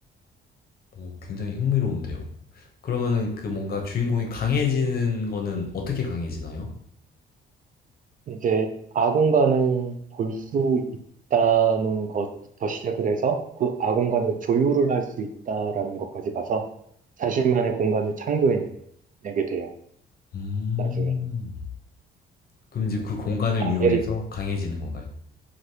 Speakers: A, on the left; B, on the right.
A: 오, 굉장히 흥미로운데요. 그러면은 그 뭔가 주인공이 강해지는 거는 어떻게 강해지나요?
B: 이제 아공간을 볼 수 있다는 것부터 시작을 해서 그 아공간을 조율을 할 수 있다라는 것까지 가서 자신만의 공간을 창조해내게 돼요.
A: 음.
B: 나중에
A: 그럼
B: 그러니까
A: 이제 그 공간을
B: 뭐 아메리,
A: 이용해서 강해지는 건가요?